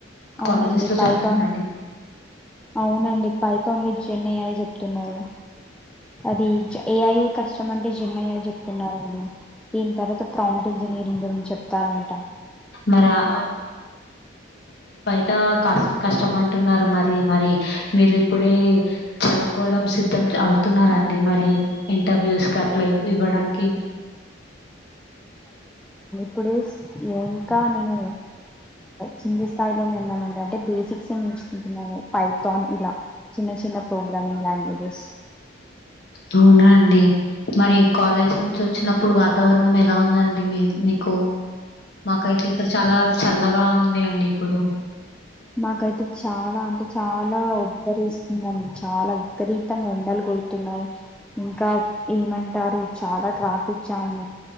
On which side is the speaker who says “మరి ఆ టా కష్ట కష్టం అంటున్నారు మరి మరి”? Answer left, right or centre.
Left